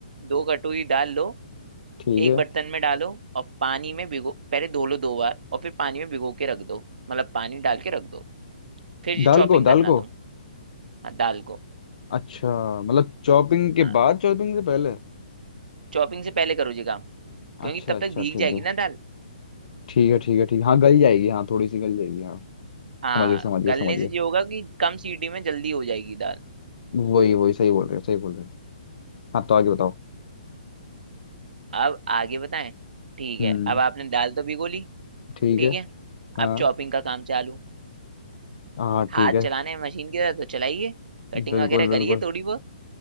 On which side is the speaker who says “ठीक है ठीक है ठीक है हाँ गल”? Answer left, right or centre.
Left